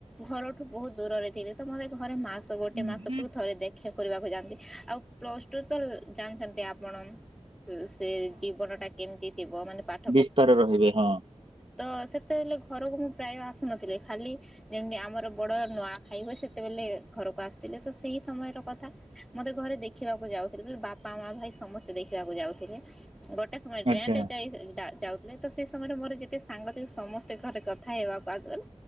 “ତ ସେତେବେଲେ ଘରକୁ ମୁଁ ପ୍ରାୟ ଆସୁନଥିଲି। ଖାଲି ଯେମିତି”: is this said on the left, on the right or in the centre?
Centre